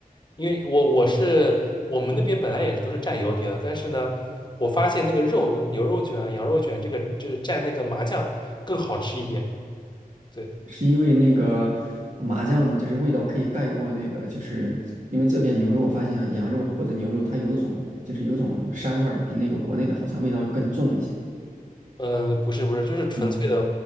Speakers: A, on the left; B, on the right.
A: 因为我我是我们那边本来也是都是蘸油碟的，但是呢，我发现那个肉就牛肉卷啊羊肉卷这个就是蘸那个麻酱更好吃一点。对，
B: 是因为那个麻酱就是味道可以盖过那个，就是因为这边牛肉，我发现羊肉或者牛肉它有一种就是有种膻味儿，比那个国内的好像味道更重一些，
A: 嗯嗯，呃不是不是，就是纯粹的
B: 是吗？